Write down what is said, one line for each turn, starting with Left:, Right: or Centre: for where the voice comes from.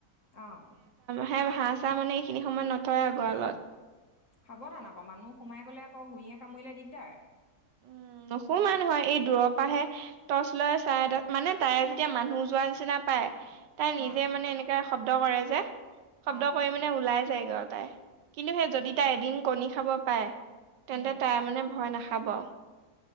Left: অ'।
Right: হে ভা চা মানে এইখিনি সময়ত নথয় আ, গলত।
Left: সাৱধান আকৌ মানুহ সোমাই গ'লে আকৌ গুৰিয়ে কামুৰিলে দিগদাৰ।
Right: উম, নুসু মমান নহয়, এই দূৰৱ টৰ্চ লৈ ছাইদত মানে তাই যেতিয়া মানুহ যোৱা নিচিনা পায়। তাই
Left: অ
Right: নিজে মানে এনেকাে শব্দ কৰে যে
Left: অ
Right: শব্দ কৰি মানে ওলাই। গা, তাই কিন্তু সেই যদি তাই এদিন কণী খা'ব পাৰে, তেন্তে
Left: উম
Right: তাই খাবা